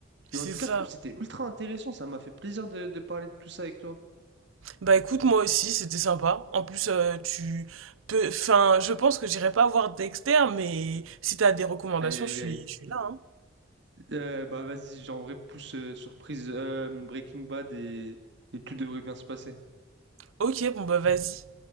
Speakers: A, on the right; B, on the right.
A: Mais
B: C'est
A: en tout
B: ça.
A: cas, je trouve que c'était ultra intéressant. Ça m'a fait plaisir de, de parler de tout ça avec toi.
B: Bah écoute, moi aussi, c'était sympa. En plus, euh, tu peux, enfin, je pense que j'irai pas voir Dexter, mais si t'as des recommandations,
A: Aïe, aïe,
B: je suis,
A: aïe.
B: je suis là, hein.
A: Euh, bah, vas-y, genre, en vrai, pousse euh, surprise euh, Breaking Bad et, et tout devrait bien se passer.
B: Ok, bon bah vas-y.